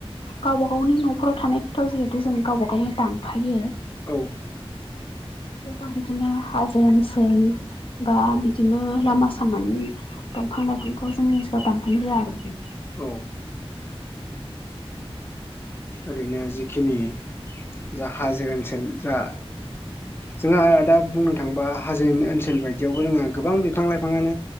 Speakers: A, on the left (about 60°); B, on the left (about 20°).
A: गावबा गावनि न'फोराव थानाय खोथ' जिहेतु जों गावबा गावनो दानफायो।
B: औ
A: गोबां बिदिनो हाजो ओनसोल बा बिदिनो लामा सामानि दंफां लाइफांखौ जोंनि ओनसोलाव दानफायनो होया आरोखि।
B: औ ओ ओरैनो जिखिनि जा हाजो ओनसोल जा जोंहा दा बुंनो थाङोबा हाजोनि ओनसोल बायदियावबो जोंहा गोबां बिफां लाइफाङानो